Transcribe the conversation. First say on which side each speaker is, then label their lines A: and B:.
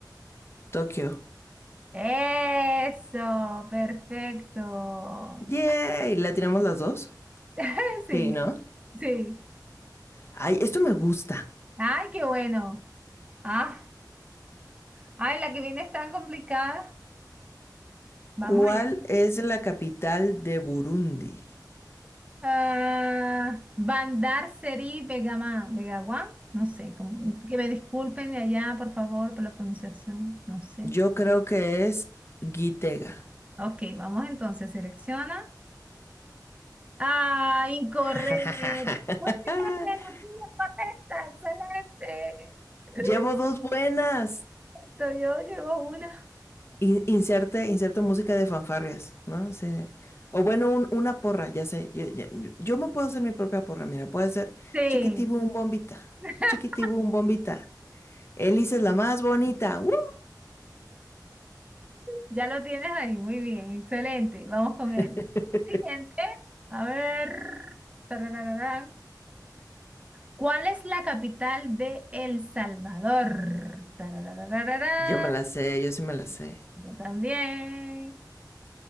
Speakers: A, on the left; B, on the right.
A: Tokio.
B: Eso, perfecto.
A: Yay, ¿la tiramos las dos?
B: <laughs> Sí,
A: Sí, ¿no?
B: sí.
A: Ay, esto me gusta.
B: Ay, qué bueno. Ah, ay, la que viene es tan complicada. Vamos
A: ¿Cuál
B: allá.
A: es la capital de Burundi?
B: Ah, Bandar Seri Begaman, Begawan, no sé, como- que me disculpen de allá, por favor, por la pronunciación, no sé.
A: Yo creo que es Gitega.
B: Ok, vamos entonces, selecciona. Ah, incorrecto.
A: <laughs>
B: <laughs> Muy bien, la tuya correcta, excelente. <laughs>
A: Llevo dos buenas.
B: Todavía llegó una.
A: In- inserte, inserte música de fanfarrias, ¿no? Sí. O bueno, un- una porra, ya sé. Yo, yo- yo me puedo hacer mi propia porra, mira, puede ser
B: Sí.
A: Chiquitibum bombita,
B: <laughs>
A: chiquitibum bombita. Elisa es la más bonita. ¡Woo!
B: Ya lo tienes ahí, muy bien, excelente. Vamos con el
A: <laughs>
B: siguiente. A ver. tararararán. ¿Cuál es la capital de El Salvador? Tarararararán.
A: Yo me la sé, yo sí me la sé.
B: Yo también.